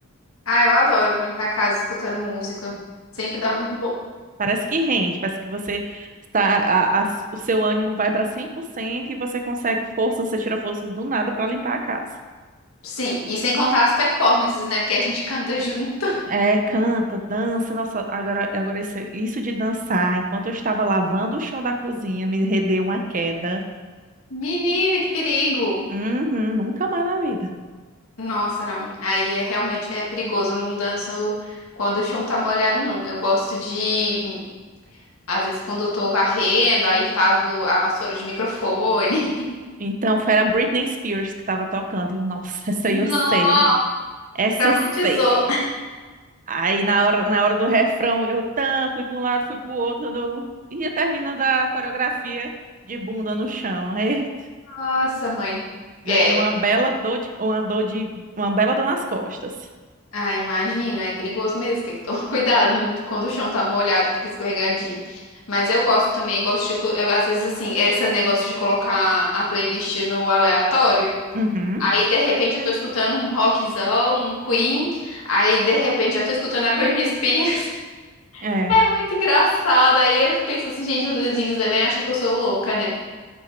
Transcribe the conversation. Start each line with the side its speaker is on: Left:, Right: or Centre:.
Left: ah, eu adoro limpar a casa escutando música. Sempre dá muito bom.
Right: Parece que rende, parece que você está, a- a- o seu ânimo vai para 100% e você consegue forças, você tira forças do nada para limpar a casa.
Left: Sim, e sem contar as performances, né? Porque a gente canta junto.
Right: É, canta, dança, nossa, agora, agora isso, isso de dançar, enquanto eu estava lavando o chão da cozinha, me rendeu uma queda.
Left: Menina, que perigo!
Right: Uhum, nunca mais na vida.
Left: Nossa, não. Aí é realmente é perigoso. Eu não danço quando o chão tá molhado, não. Eu gosto de, às vezes, quando eu tô varrendo, aí faço a vassoura de microfone. <laughs>
Right: Então, foi a Britney Spears que estava tocando, e eu, nossa, essa aí
Left: Nossa,
Right: eu sei, essa
Left: traumatizou.
Right: eu sei. Aí na hora, na hora do refrão, eu tam, fui para um lado, fui para o outro, quando eu ia terminando a coreografia de bunda no chão. Eita,
Left: Nossa, mãe.
Right: ganhei
Left: É,
Right: uma bela dor de, uma dor de, uma bela dor nas costas.
Left: ah, imagino, é perigoso mesmo, tem que tomar <laughs> cuidado quando o chão tá molhado, fica escorregadio. Mas eu gosto também, gosto de, co- eu, às vezes assim, esse negócio de colocar a playlist no aleatório,
Right: Uhum.
Left: aí de repente eu tô escutando um rockzão, um Queen, aí de repente já tô escutando a Britney Spears. <laughs>
Right: É,
Left: É muito engraçado, aí eu penso assim, gente, os vizinhos devem achar que eu sou louca, né?